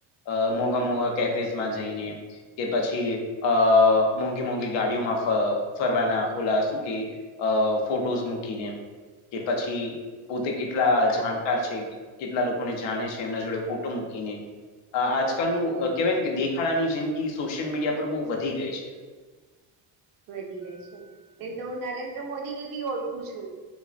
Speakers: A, on the left; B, on the right.
A: અ મોંઘા મોઘા કેફેઝમાં જઈને કે પછી અ મોંઘી મોંઘી ગાડીઓમાં ફરવાના ઓલા સુ કેય અ ફોટોઝ મૂકીને કે પછી પોતે કેટલા જાણકાર છે, કેટલા લોકોને જાણે છે એમના જોડે ફોટો મૂકીને. અ આ આજકાલનું
B: હમ
A: કહેવાય ને કે દેખાડાની જિંદગી સોશિયલ મીડિયા પર બો વધી ગઈ છે.
B: વધી ગઈ છે એમ તો હું નરેન્દ્ર મોદી ને બી ઓળખું છું.